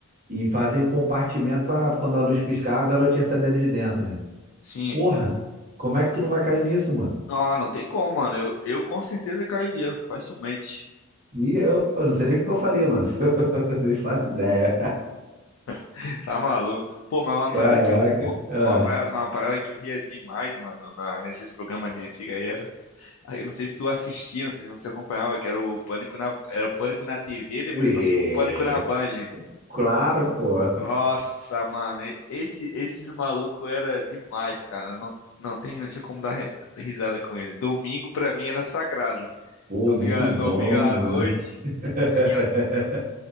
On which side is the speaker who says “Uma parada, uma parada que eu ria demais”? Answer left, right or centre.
Left